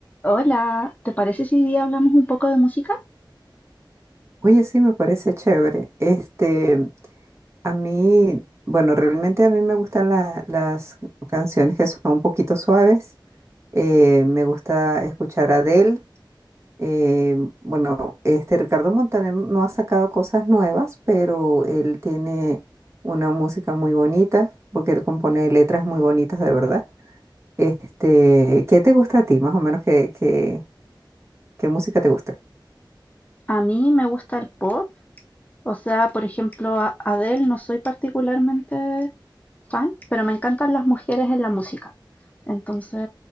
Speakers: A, on the left; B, on the right.
A: Hola, ¿te parece si hoy día hablamos un poco de música?
B: Oye, sí, me parece chévere. Este, a mí, bueno, realmente a mí me gustan la- las canciones que son un poquito suaves. Eh, me gusta escuchar a Adele. Eh, bueno, este Ricardo Montaner no ha sacado cosas nuevas, pero él tiene una música muy bonita, porque él compone letras muy bonitas, de verdad. Este, ¿qué te gusta a ti, más o menos? ¿Qué, qué, qué música te gusta?
A: A mí me gusta el pop, o sea, por ejemplo, a Adele no soy particularmente fan, pero me encantan las mujeres en la música. Entonces,